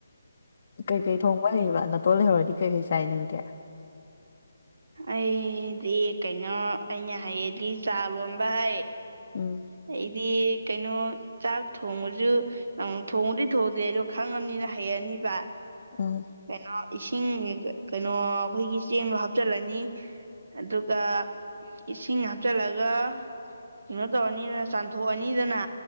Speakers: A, on the left; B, on the right.
A: ꯀꯩꯀꯩ ꯊꯣꯡꯕ ꯍꯩꯕ ꯅꯅꯥꯇꯣꯟꯜ ꯂꯩꯍꯧꯔꯗꯤ ꯀꯩꯀꯩ ꯆꯥꯏꯅꯤꯡꯗꯦ
B: ꯑꯩꯗꯤ ꯀꯩꯅꯣ ꯑꯩꯅ ꯍꯥꯏꯌꯦꯗꯤ ꯆꯥ ꯂꯣꯟꯕ ꯍꯥꯏ
A: ꯎꯝ
B: ꯑꯩꯗꯤ ꯀꯩꯅꯣ ꯆꯥꯛ ꯊꯣꯡꯉꯁꯨ ꯑꯪ ꯊꯣꯡꯉꯨꯗꯗꯤ ꯊꯣꯡꯗꯦ ꯑꯗꯣ ꯈꯪꯉꯕꯅꯤꯅ ꯍꯩꯔꯅꯤꯕ
A: ꯑꯥ
B: ꯀꯩꯅꯣ ꯏꯁꯤꯡ ꯀꯩꯅꯣ ꯑꯩꯈꯣꯏꯒꯤ ꯆꯦꯡ ꯍꯥꯞ ꯆꯜꯂꯅꯤ ꯑꯗꯨꯒ ꯏꯁꯤꯡ ꯍꯥ ꯍꯥꯞꯆꯜꯂꯒ ꯀꯩꯅꯣ ꯇꯧꯔꯅꯤꯗꯅ ꯆꯥꯝꯊꯣꯛꯑꯅꯤꯗꯅ